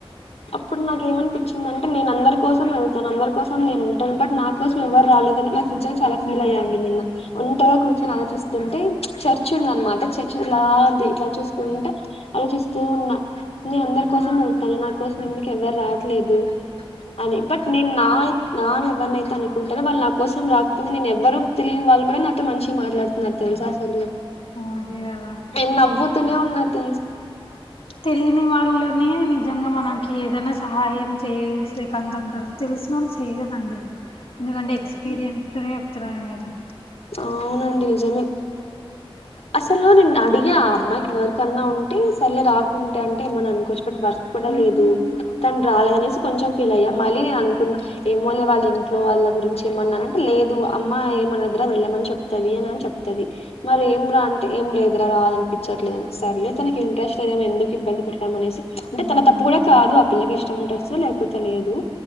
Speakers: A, on the left; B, on the left.
A: అప్పుడు నాకు ఏమనిపించిందంటే నేను అందరి కోసం వెళ్తాను అందరి కోసం నేను ఉంటాను బట్ నాకు కోసం ఎవరు రాలేదని నాకు నిజం చాలా ఫీల్
B: ఆ
A: అయ్యండి నిన్న ఒంటగా కూర్చొని ఆలోచిస్తుంటే చర్చ్ ఉంద అనమాట చర్చ్ ఇలా ఇలా చూసుకుంట ఆలోచిస్తూ ఉన్నా నేను అందరి
B: ఆ
A: కోసం వెళ్తాను నా కోసం ఎందుకు ఎవరు రాట్లేదు అని బట్ నేను నా నా అని ఎవరినైతే అనుకుంటానో వాళ్ళు నా కోసం రాకపోయినా నేను ఎవరు తెలియని వాళ్ళు కూడా నాతో మంచిగ మాట్లాడుతున్నారు తెలుస అసలు
B: అ అదే కద
A: ఏ నవ్వుతూనే ఉన్న తెల్స్
B: తెలియని వాళ్ళని నిజంగా మనకి ఏదైనా సహాయం చే <unintelligible> అంటారు తెల్సినోలు చేయరాండి ఎందుకంటే ఎక్స్పీరియన్స్ తనే చెప్తార నేనైతే
A: అవునండి నిజమే అసలు నేను అడిగే ఆ అమ్మాయికి వరకన్నా ఉంటే సరలే రాకుంటే అంటే ఏమన్నా అనుకోచ్చు బట్ వర్క్ కూడా
B: ఉమ్
A: లేదు తను రాలేదనేసి కొంచెం ఫీల్ అయ్యా మళ్ళీనేన్ అనుకున్నా ఏమోలే వాళ్ళ ఇంట్లో వాళ్ళ గురించి ఏమన్నాంటే లేదు అమ్మ ఏమన్నా వెళ్ళమని చెప్తది అని అని చెప్తది మరి ఏం రా అంటే ఏం లేదు దగర రాాదనిపించట్లేదని సర్లే తనకి ఇంట్రెస్ట్ లేదేమో ఎందుకు ఇబ్బంది అనేసి అంటే
B: ఉమ్
A: తన తప్పు కూడా కాదు ఆ పిల్లకి ఇష్టం ఉంటెస్తది లేకపోతే లేదు